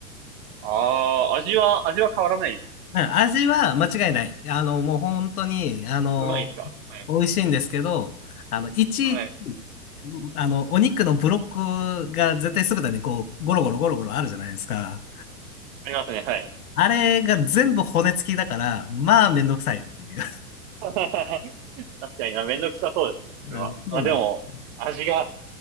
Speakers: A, on the right (about 45°); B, on the left (about 65°).
A: ああ、味は、味は変わらないですか
B: うん味は間違いない。あの、もう本当に、あの、
A: うまいですかはい。
B: 美味しいんですけど、あの、一、
A: はい。
B: あの、お肉のブロックが絶対酢てでこう、ゴロゴロゴロゴロあるじゃないですか。
A: ありますね、はい。
B: あれが全部骨付きだから、まあめんどくさいっていう。
A: <laughs> 確かにな、あめんどくさそうですね、それは。
B: <laughs> うん、そうなんです。
A: あ、でも、味が、